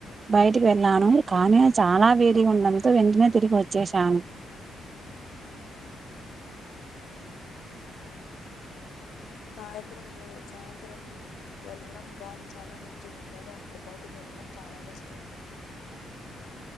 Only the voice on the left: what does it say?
<inaudible> సాయంత్రం వె సాయంత్రం వెళ్ళడం గాలి చాలా మంచిగా ఉంటది అప్పుడు బయటికి వెళ్ళ ఎళ్డం చాలా బెస్ట్